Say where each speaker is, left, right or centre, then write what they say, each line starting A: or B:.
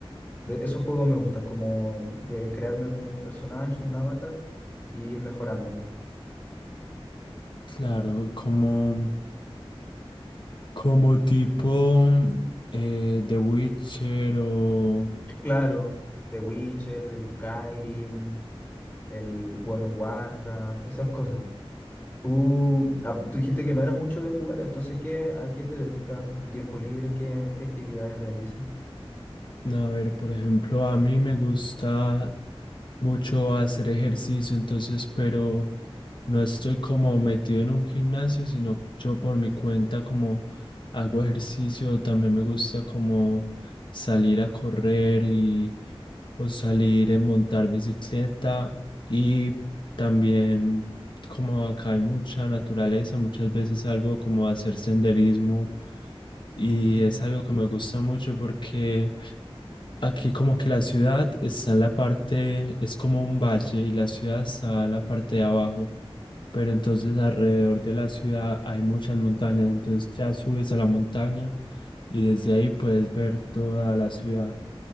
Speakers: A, on the left; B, on the left.
A: De, esos juegos me gustan, como de crearme como un personaje, un avatar, y ir mejorándolo.
B: Claro, como, como tipo mm, eh, The Witcher o...
A: Claro, The Witcher, el Skyrim, el World of Warcraft, esas cosas. Tú, ah, tú dijiste que no eras mucho de jugar, entonces ¿qué, a qué te dedicas tu tiempo libre? ¿Qué, qué actividades realizas?
B: A ver, por ejemplo, a mí me gusta mucho hacer ejercicio, entonces, pero no estoy como metido en un gimnasio, sino yo por mi cuenta como hago ejercicio, también me gusta como salir a correr y o salir en montar bicicleta y también como acá hay mucha naturaleza, muchas veces algo como a hacer senderismo y
A: Mm,
B: es algo que me gusta mucho porque Aquí como que la ciudad está en la parte, es como un valle y la ciudad está en la parte de abajo pero entonces alrededor de la ciudad hay muchas montañas, entonces ya subes a la montaña y desde ahí puedes ver toda la ciudad.